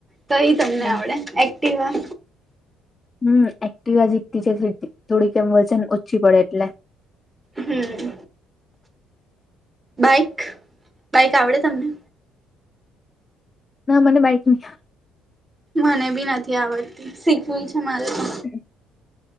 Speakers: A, on the right (about 20°); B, on the left (about 20°).
A: તો તમને
B: હમ
A: આવડે એક્ટવા
B: હમ એક્ટવા આ જીતતી છે થોડીકમ બોલશે ને ઓછી પડે એટલે
A: હમ બાઇક બાઈક આવડે તમને
B: ના મને બાઈકની
A: મને બી નથી આવડતી શીખવી છે મારે તો
B: હમ